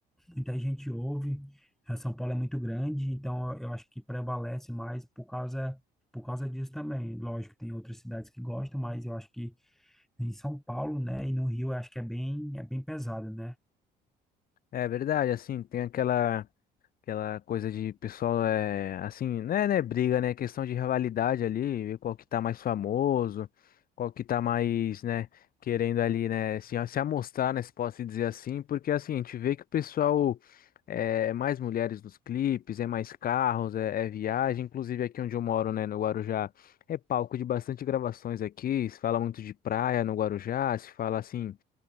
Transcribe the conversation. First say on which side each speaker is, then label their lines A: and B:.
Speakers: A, in the centre; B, on the left (about 60°).
A: muita gente ouve. A São Paulo é muito grande, então eu eu acho que prevalece mais por causa, por causa disso também. Lógico, tem outras cidades que gostam, mas eu acho que em São Paulo, né, e no Rio, eu acho que é bem, é bem pesado, né?
B: É verdade, assim, tem aquela. Aquela coisa de pessoal é assim, né, né, briga, né, questão de rivalidade ali, ver qual que tá mais famoso, qual que tá mais, né, querendo ali, né, se, se amostrar, né, se posso dizer assim, porque assim, a gente vê que o pessoal é é mais mulheres nos clipes, é mais carros, é, é viagem, inclusive aqui onde eu moro, né, no Guarujá, é palco de bastante gravações aqui, se fala muito de praia no Guarujá, se fala assim